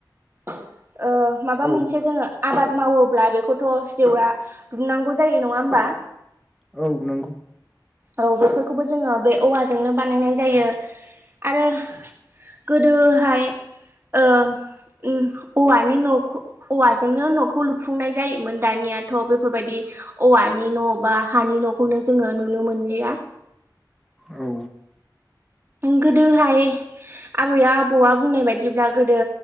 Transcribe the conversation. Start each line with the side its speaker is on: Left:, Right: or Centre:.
Right: ओ माबा
Centre: औ
Right: मोनसे जोङो आबाद मावोब्ला बेखौथ' जेवरा‌ दुमनांगौ जायो नङा होमबा।
Centre: औ नंगौ
Right: औ बेफोरखौबो जोङो बे औवाजोंनो बानायनाय जायो आरो गोदोहाय ओ ओम औवानि न'खौ औवाजोंनो न'खौ लुफुंनाय जायोमोन दानियाथ' बेफोरबायदि औवानि न' बा हानि न'खौनो जोङो नुनो मोनलिया।
Centre: औ
Right: गोदोहाय आबैया आबौआ बुंनाय बायदिब्ला गोदो